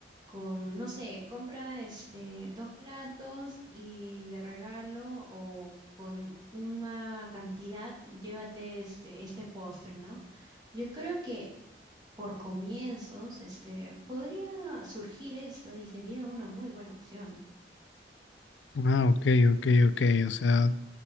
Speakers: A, on the right; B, on the left.
A: Con, no sé, compra, este, dos platos y de regalo o con una cantidad, llévate, este, este postre, ¿no? Yo creo que por comienzos, este, podría surgir esto y sería una muy buena opción.
B: Ah, ok, ok, ok. O sea,